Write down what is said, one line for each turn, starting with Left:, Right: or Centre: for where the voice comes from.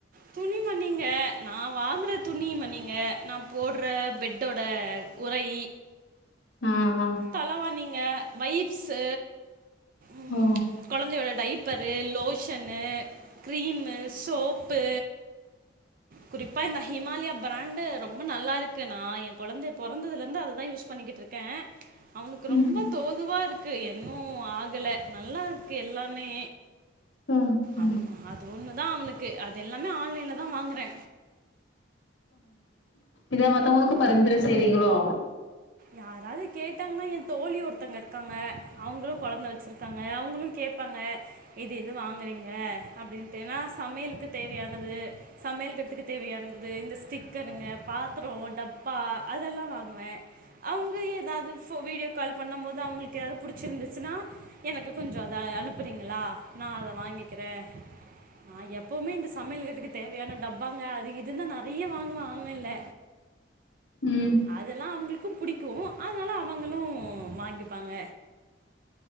Right: துணி மண்ணிங்க நா வாங்குற துணி மணிங்க நா போடுற பெட்டோட உரை
Left: ஆ ஆ
Right: தலவா நீங்க வயிர் ச ம்
Left: ஓ
Right: கொழந்தையோட டைப் ப்பர்ரு லோஷன்னு கிரீம்மு சோப்பு குறிப்பாய்ந்த ஹிமாலயா பிராண்டு ரொம்ப நல்லாயிருக்கு நா ஏ கொழந்த பொறந்ததுலருந்து அதுதா யூஸ் பண்ணிக்கிட்ருக்கே அவனுக்கு
Left: அ ம்
Right: ரொம்ப தோதுவா நல்லாருக்கு இன்னு ஆகல நல்லாருக்கு எல்லாமே
Left: ஓ
Right: அதுதா அது ஒன்னுதா அவனுக்கு அது எல்லாமே ஆன்லைன்ல தா வாங்குறே
Left: இத மத்தவுங்களுக்கு பரிந்துரை செய்றீங்களோ
Right: யாராது கேட்டாங்கன்னா என் தோழி ஒருத்தங்க இருக்காங்க அவுங்களு கொழந்த வச்சிருக்காங்க அவுங்களு கேட்பாங்க இது எது வாங்குறீங்க ங்க அப்படின்ட்டேன்னா சமையலுக்கு தேவையானது சமையல் கட்டுக்கு தேவையானது இந்த ஸ்டிக்கருங்க பாத்திர டப்பா அதெல்லா வாங்குவே அவுங்க ஏதாவது ஃபோ வீடியோ கால் பண்ணும்போது அவங்களுக்கு யாரு புடிச்சிருந்துச்சுன்னா எனக்கு கொஞ்ச அதை அனுப்புறீங்க எல்லா நா அத வாங்கிக்கிறே நா எப்பவுமே இந்த சமையல் கட்டுக்கு தேவையான டப்பாங்க அது இதுன்னு நெறையா வாங்குவே ஆன்லைன்ல
Left: ம்
Right: அதெல்லா அவுங்களுக் இப்பவு புடிக்கு அதனால அவங்களு ம் வாங்கிப்பாங்க